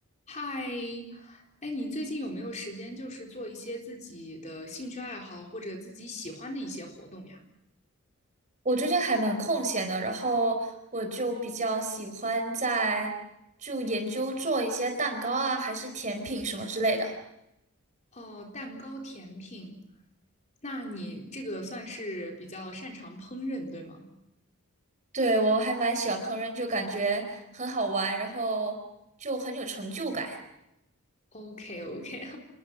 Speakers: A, on the left; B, on the right.
A: 嗨，哎，你最近有没有时间，就是做一些自己的兴趣爱好或者自己喜欢的一些活动呀？
B: 我最近还蛮空闲的，然后我就比较喜欢在就研究做一些蛋糕啊，还是甜品什么之类的。
A: 哦，蛋糕、甜品，那你这个算是比较擅长烹饪，对吗？
B: 对，我还蛮喜欢烹饪，就感觉很好玩，然后就很有成就感。
A: OK OK <laughs>